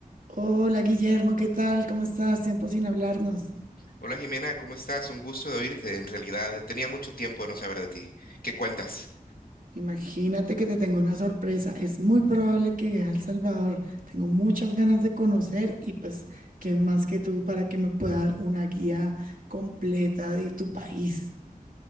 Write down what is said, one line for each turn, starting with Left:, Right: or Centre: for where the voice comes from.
Right: Hola Guillermo, ¿qué tal? ¿Cómo estás? Tiempo sin hablarnos.
Left: Hola Jimena, ¿cómo estás? Un gusto de oírte. En realidad, eh, tenía mucho tiempo de no saber de ti. ¿Qué cuentas?
Right: Imagínate que te tengo una sorpresa. Es muy probable que viaje a El Salvador. Tengo muchas ganas de conocer y pues, ¿quién más que tú para que me pueda dar una guía completa de tu país?